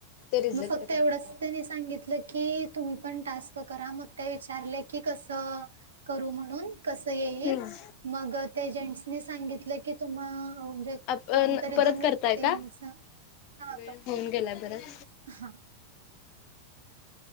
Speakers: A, on the left; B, on the right.
A: रिजेक्ट
B: म फक्त
A: करायचं.
B: एवढंच त्यांनी सांगित म्हटलं की तुम्ही पण टास्क करा मग त्या विचारले की कस करू म्हणून कस येईल
A: हम्म
B: मग त्या जेंट्नी सांगितलं की तुम्ह म्हणजे
A: आपण
B: कोणतरी
A: परत
B: दोन व्यक्तींचा
A: करताय का?
B: हा
A: वेळ
B: करते
A: होऊन
B: की
A: गेलाय बराच
B: हा